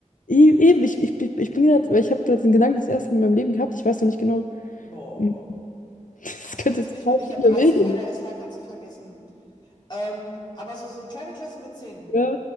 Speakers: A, on the left; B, on the left.
A: E- Eben, ich, ich, ich bin gerade, ich habe gerade den Gedanken das erste Mal in meinem Leben gehabt, ich weiß noch nicht genau,
B: Boah,
A: mh, Das
B: Ja, das
A: könnte
B: kannst du
A: total
B: nicht mit. Ich
A: viele
B: habe 30
A: Wege
B: ADHSler,
A: nehmen.
B: kannst du vergessen. Ähm, aber so, so kleine Klasse mit 10,
A: Ja,